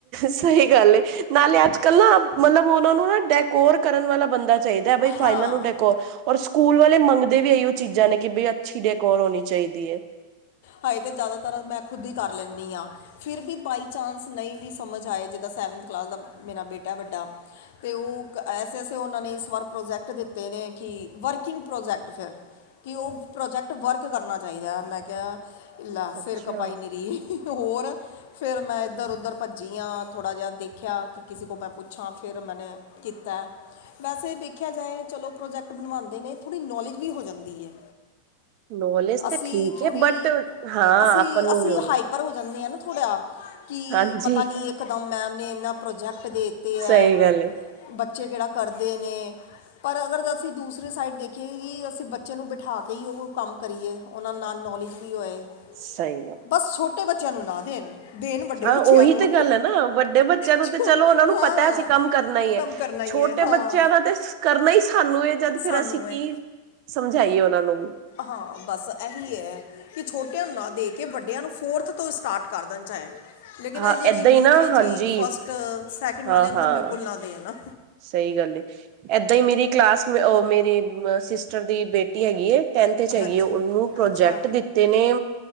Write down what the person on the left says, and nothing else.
ਹਾਂ
ਹਾਈ ਤੇ ਜ਼ਿਆਦਾਤਰ ਮੈਂ ਖੁਦ ਹੀ ਕਰ ਲੈਂਣੀ ਹਾਂ। ਫਿਰ ਵੀ ਬਾਈ ਚਾਂਸ ਨਹੀਂ ਵੀ ਸਮਝ ਆਏ ਜਿੱਦਾਂ ਸੈਵਨਥ ਕਲਾਸ ਦਾ ਮੇਰਾ ਬੇਟਾ ਐ ਵੱਡਾ ਅਤੇ ਉਹ ਐਸੇ-ਐਸੇ ਉਹਨਾਂ ਨੇ ਇਸ ਵਾਰ ਪ੍ਰੋਜੈਕਟ ਦਿੱਤੇ ਨੇ ਕਿ ਵਰਕਿੰਗ ਪ੍ਰੋਜੈਕਟ ਫਿਰ ਕਿ ਉਹ ਪ੍ਰੋਜੈਕਟ ਵਰਕ ਕਰਨਾ ਚਾਹੀਦਾ ਹੈ ਮੈਂ ਕਿਹਾ ਲੈ
ਸਿਰ ਖਪਾਈ ਨੀਰੀ। ਹੋਰ ਫੇਿਰ ਮੈਂ ਇੱਧਰ-ਉੱਧਰ ਭੱਜੀ ਆਾਂ ਥੋੜ੍ਹਾ ਜਿਹਾ ਦੇਖਿਆ ਕਿ ਕਿਸੇ ਕੋ ਮੈਂ ਪੁੱਛਾਂ ਫਿਰ ਮੈਨੇ ਕੀਤਾ ਵੈਸੇ ਵੇਖਿਆ ਜਾਏ ਚਲੋ ਪ੍ਰੋਜੈਕਟ ਬਣਵਾਦੇ ਨੇ ਥੋੜ੍ਹੀ ਨੌਲੇਜ ਵੀ ਹੋ ਜਾਂਦੀ ਏ।
ਅਸੀਂ
ਥੋੜ੍ਹੀ
ਅਸੀਂ
ਅਸੀਂ
ਹਾਈਪਰ ਹੋ ਜਾਂਣੇ ਆ ਨਾ ਥੋੜ੍ਹਾ। ਕਿ
ਪਤਾ ਨੀ ਇਕਦੱਮ ਮੈਮ ਨੇ ਇਹਨਾਂ ਪ੍ਰੋਜੈਕਟ ਦੇਤੇ ਐ।
ਬੱਚੇ ਕਿਹੜਾ ਕਰਦੇ ਨੇ। ਪਰ ਅਗਰ ਅਸੀਂ ਦੂਸਰੀ ਸਾਈਡ ਦੇਖੀਏ ਕਿ ਅਸੀਂ ਬੱਚੇ ਨੂੰ ਬਿਠਾ ਕੇ ਕਈ ਉਹ ਕੰਮ ਕਰੀਏ ਉਹਨਾਂ ਨਾਲ ਨੌਲੇਜ ਵੀ ਹੋਏ।
ਬਸ ਛੋਟੇ ਬੱਚਿਆਂ ਨੂੰ ਨਾ ਦੇਣ। ਦੇਣ ਵੱਡੇ
ਬੱਚਿਆਂ
ਨੂੰ
ਛੋ-
ਹਾਂ
ਕੰਮ ਕਰਨਾ ਹੀ
ਹੈ ਹਾਂ
ਸਾਨੂੰ
ਹੈ
ਹਾਂ ਬਸ ਇਹੀ ਹੈ। ਕਿ ਛੋਟਿਆਂ ਨੂੰ ਨਾ ਦੇ ਕੇ ਵੱਡਿਆਂ ਨੂੰ ਫੋਰਥ ਤੋਂ ਸਟਾਰਟ ਕਰ ਦੇਣ ਚਾਏ। ਲੇਕਿਨ
ਅ ਜਿਹੜੇ
ਯੂਕੇ
ਜੀ, ਫਸਟ, ਸੈਕਿੰਡ
ਵਾਲੇ
ਨੂੰ ਤਾਂ ਬਿਲਕੁੱਲ ਨਾ ਦੇਣ ਨਾ।
ਹਾਂਜੀ
ਅੱਛਾ